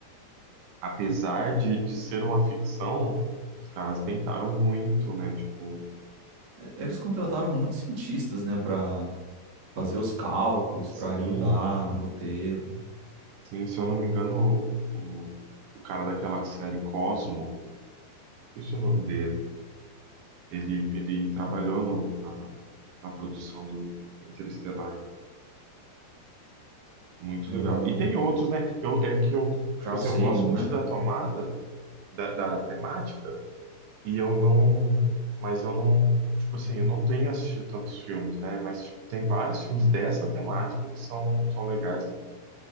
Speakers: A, on the right; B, on the right.
A: apesar de, de ser uma ficção, os caras tentaram muito, né? Tipo,
B: Eles contrataram
A: é,
B: muitos cientistas, né, para fazer os cálculos,
A: sim,
B: para ajudar no roteiro.
A: Sim, se eu não me engano, o, o cara daquela série Cosmo, esqueci o nome dele, ele, ele trabalhou no, na, na produção do Interestelar. Muito
B: Ah,
A: legal. E tem outros, né? Eu, é que eu,
B: Carl
A: tipo assim,
B: Sagan,
A: eu gosto muito
B: né?
A: da tomada, da, da temática, e eu não. Mas eu não. Tipo assim, eu não tenho assistido tantos filmes, né? Mas tipo, tem vários filmes dessa temática que são, são legais também.